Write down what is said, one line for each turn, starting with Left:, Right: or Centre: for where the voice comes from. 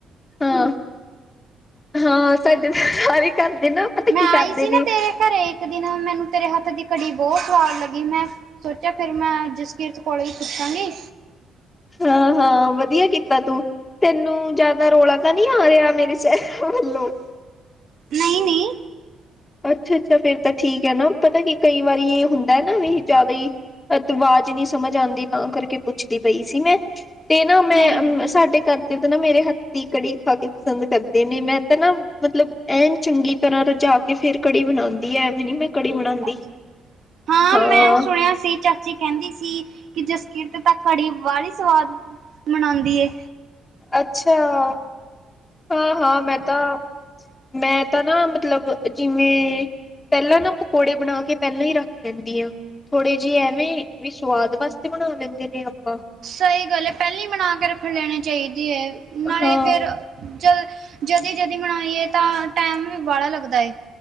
Left: ਹਾਂ ਹਾਂ ਸਾਡੇ ਸਾਰੇ ਕਰਦੇ ਨਾ ਪਤਾ
Right: ਮੈਂ
Left: ਕੀ
Right: ਆਈ
Left: ਕਰਦੇ
Right: ਸੀ
Left: ਨੇ
Right: ਨਾ ਤੇਰੇ ਘਰੇ ਇੱਕ ਦਿਨ ਮੈਨੂੰ ਤੇਰੇ ਹੱਥ ਦੀ ਕੜੀ ਬਹੁਤ ਸਵਾਦ ਲਗੀ ਮੈਂ ਸੋਚਿਆ ਫਿਰ ਮੈਂ ਜਿਸਕਿਰਤ ਕੋਲੋ ਈ ਪੁੱਛਾਂਗੀ
Left: ਹਾਂ, ਹਾਂ ਵਧੀਆ ਕੀਤਾ ਤੂੰ ਤੈਨੂੰ ਜਿਆਦਾ ਰੌਲਾ ਤਾਂ ਨਹੀ ਆ ਰਿਹਾ ਮੇਰੇ ਵਲੋ
Right: ਨਹੀਂ ਨਹੀਂ
Left: ਅੱਛਾ, ਅੱਛਾ ਫੇਰ ਤਾਂ ਠੀਕ ਹੈ ਨਾ ਪਤਾ ਕੀ ਕਈ ਵਾਰੀ ਇਹ ਹੁੰਦਾ ਨਾ ਵੀ ਜਿਆਦਾ ਹੀ ਅਤਵਾਰ ਜੈ ਨਹੀਂ ਸਮਝ ਆਂਦੀ ਤਾਂ ਕਰਕੇ ਪੁੱਛਦੀ ਪਈ ਸੀ ਮੈਂ ਤੇ ਨਾ ਮੈਂ
Right: ਨਹੀਂ ਨਹੀਂ
Left: ਸਾਡੇ ਘਰ ਦੇ ਤੇ ਨਾ ਮੇਰੇ ਰੇ ਹੱਥ ਦੀ ਕੜੀ ਖਾ ਕੇ ਪਸੰਦ ਕਰਦੇ ਨੇ ਮੈਂ ਤਾਂ ਨਾ ਮਤਲਬ ਐਨ ਚੰਗੀ ਤਰਾ ਰੁਝਾ ਕੇ ਫੇਰ ਕੜੀ ਬਣਾਉਂਦੀ ਐਵੇਂ ਨੀ ਮੈਂ ਕੜੀ ਬਣਾਉਂਦੀ
Right: ਅੱਛਾ ਹਾਂ
Left: ਹਾਂ
Right: ਮੈਂ ਸੁਣਿਆ ਸੀ ਚਾਚੀ ਕਹਿੰਦੀ ਸੀ ਕਿ ਜਸਕੀਰਤ ਤਾਂ ਕੜੀ ਬੜੀ ਹੀ ਸਵਾਦ ਮਨਾਦੀ ਐ
Left: ਅੱਛਾ- ਹਾਂ, ਹਾਂ ਮੈਂ ਤਾਂ ਮੈਂ ਤਾਂ ਨਾ ਮਤਲਬ ਜਿਵੇਂ ਪਹਿਲਾਂ ਨਾ ਪਕੌੜੇ ਬਣਾ ਕੇ ਪਹਿਲਾਂ ਹੀ ਰਖ ਲੈਂਦੀ ਆ ਥੋੜੇ ਜਿਹੇ ਐਵੇਂ ਵੀ ਸੁਵਾਦ ਵਾਸਤੇ ਬਣਾ ਲੈਂਦੇ ਨੇ ਆਪ
Right: ਸਹੀ ਗੱਲ ਹੈ ਪਹਿਲਾਂ ਬਣਾ ਕੇ ਰੱਖਣ ਲੈਣੀ ਚਾਹੀਦੀ ਹੈ ਨਾਲੇ
Left: ਹਾਂ।
Right: ਫੇਰ ਜਲ ਜਦੀ ਜਦੀ ਮਨਾਈਏ ਤਾਂ ਟਾਈਮ ਵੀ ਬਾਹਲਾ ਲੱਗਦਾ ਏ